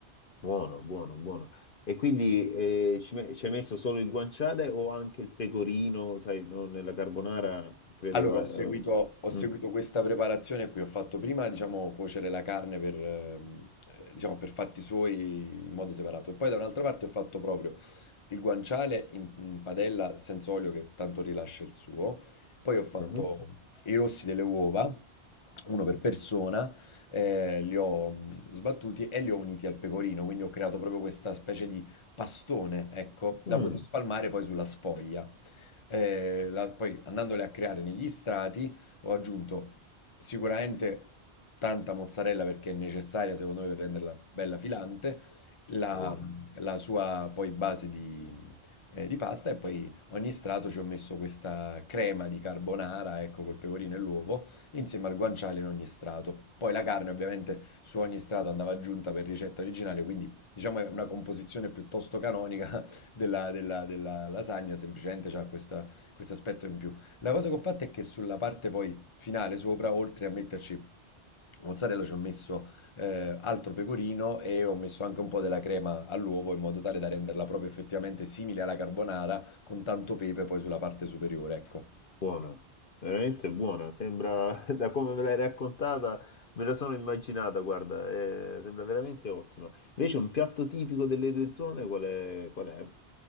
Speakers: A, on the left; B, on the left.
A: buono, buono, buono. E quindi eh, ci, me- ci hai messo solo il guanciale o anche il pecorino, sai, no, nella carbonara, credo
B: Allora,
A: va...
B: ho seguito,
A: eh,
B: ho seguito
A: mm,
B: questa preparazione qui, ho fatto prima, diciamo, cuocere la carne per, ehm, eh, diciamo, per fatti suoi in modo separato e poi da un'altra parte ho fatto proprio il guanciale in, in padella senza olio che tanto rilascia il suo. Poi ho fatto
A: mhm.
B: i rossi delle uova, uno per persona, eh, li ho mh, sbattuti e li ho uniti al pecorino, quindi ho creato proprio questa specie di pastone, ecco,
A: Mm,
B: da poter spalmare poi sulla sfoglia eh, la- poi andandole a creare negli strati ho aggiunto sicuramente tanta mozzarella perché è necessaria secondo me per renderla bella filante, la,
A: buona,
B: la sua poi base di, eh, di pasta e poi ogni strato ci ho messo questa crema di carbonara, ecco, col pecorino e l'uovo, insieme al guanciale in ogni strato. Poi la carne ovviamente su ogni strato andava aggiunta per ricetta originale, quindi diciamo è una composizione piuttosto canonica della, della- della lasagna, semplicemente ha questo aspetto in più. La cosa che ho fatto è che sulla parte poi finale sopra, oltre a metterci mozzarella, ci ho messo eh, altro pecorino e ho messo anche un po' della crema all'uovo in modo tale da renderla proprio effettivamente simile alla carbonara con tanto pepe poi sulla parte superiore, ecco.
A: buona, veramente buona, sembra, <laughs> da come me l'hai raccontata, me la sono immaginata, guarda, eh, sembra veramente ottima. Invece un piatto tipico delle due zone, qual è? Qual è?